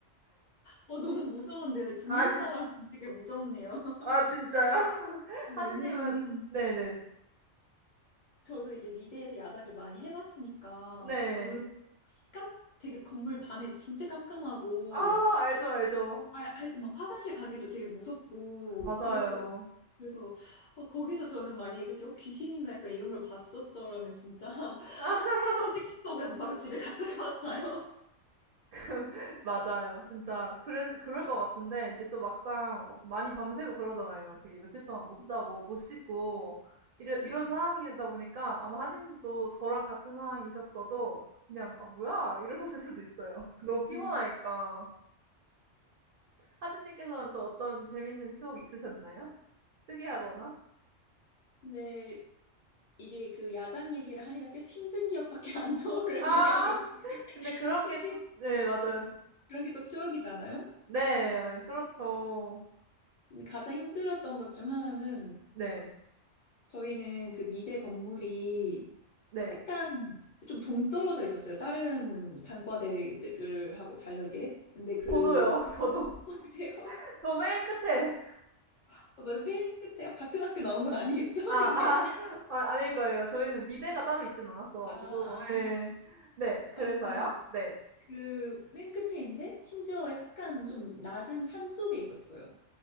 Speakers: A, on the left; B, on the right.
A: 어, 너무 무서운데 듣는
B: 아 진
A: 사람 되게 무섭네요. <laughs>
B: 아 진짜요? <laughs>
A: 네,
B: 하진
A: 왜냐면은
B: 님은 네네.
A: 저도 이제 미대에서 야작을 많이 해봤으니까
B: 네.
A: 그 깜, 되게 건물 밤에 진짜 깜깜하고
B: 아 알죠, 알죠.
A: 알, 알죠? 막 화장실 가기도 되게 무섭고
B: 맞아요.
A: 그렇거든요. 그래서 어, 거기서 저는 만약에 그렇게 어, 귀신인가 약간 이런 걸 봤었더라면 진짜 <laughs>
B: <laughs>
A: 택시 타고 그냥 바로 집에 갔을 것 같아요.
B: <laughs> 맞아요. 진짜 그래서 그럴 것 같은데 이제 또 막상 막 많이 밤새고 그러잖아요. 되게 며칠 동안 못
A: <laughs>
B: 자고 못 씻고 이런
A: 맞아요.
B: 이런 상황이다 보니까 아마 하진 님도 저랑 같은 상황이셨어도 그냥 '아 뭐야?' 이러셨을 수도 있어요. <laughs> 너무 피곤하니까.
A: 음,
B: 하진 님께서는 또 어떤 재밌는 추억 있으셨나요? 특이하거나?
A: 근데 이게 그 야작 얘기를 하니까 계속 힘든 기억밖에 안 떠오르네요.
B: 아.
A: 근데
B: <laughs> 근데 그런
A: <laughs> 힘든
B: 게 또 네 맞아요.
A: 맞아요. 그런 게 또 추억이잖아요.
B: 네. 네, 그렇죠.
A: 가장 힘들었던 것 중 하나는
B: 네.
A: 저희는 그 미대 건물이
B: 네.
A: 약간 좀 동떨어져 있었어요. 다른 단과대들하고 다르게. 근데 그,
B: 저도요. <laughs> 저도.
A: 아, 그래요?
B: 저 맨 끝에.
A: <laughs> 맞아, 맨 끝에 같은 학교 나온 건 아니겠죠?
B: 아.
A: <laughs>
B: 아
A: 근데
B: 아, 아닐 거예요. 저희는
A: 여기.
B: 미대가 따로 있진 않았어
A: 아,
B: 가지고.
A: 아.
B: 예. 네. 그래서요.
A: 아무튼
B: 네.
A: 그 맨 끝에인데 심지어 약간 좀 낮은 산 속에 있었어요.